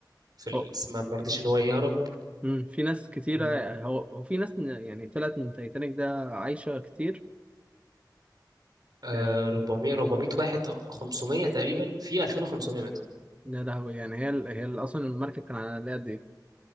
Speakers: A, on the right (about 60°); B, on the right (about 15°).
A: في ال...
B: هو
A: ما ما رضيش ان هو يهرب
B: مم، في ناس كتيرة
A: و...
B: هو هو في ناس ن- يعني طلعت من تايتانيك ده عايشة كتير
A: آه،
B: يعني
A: 400 400 واحد آه، 500 تقريبا في 2500 ماتوا
B: ده لهوي يعني هي ال- هي ال- أصلا المركب كان على قد ايه